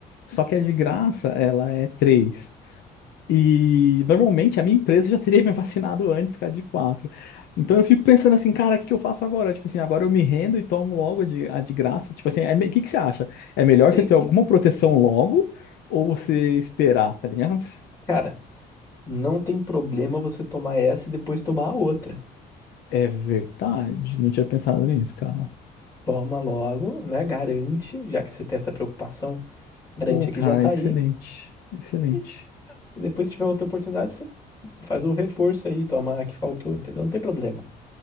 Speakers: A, on the left (about 75°); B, on the left (about 20°).
A: Só que a de graça, ela é três. E normalmente a minha empresa já teria <laughs> me vacinado antes que a de quatro. Então eu fico pensando assim, cara, o que que eu faço agora? Tipo assim, agora eu me rendo e tomo logo a de, a de graça. Tipo assim, é me- o que que você acha? É melhor
B: tem.
A: você ter alguma proteção logo ou você esperar, tá ligado?
B: Cara, não tem problema você tomar essa e depois tomar a outra.
A: É verdade, não tinha pensado nisso, cara.
B: Toma logo, né? Garante, já que você tem essa preocupação, garante
A: Pô,
B: aqui
A: cara,
B: já tá
A: excelente,
B: aí.
A: excelente.
B: E e depois, se tiver outra oportunidade, você faz o reforço aí, toma a que faltou, entendeu? Não tem problema.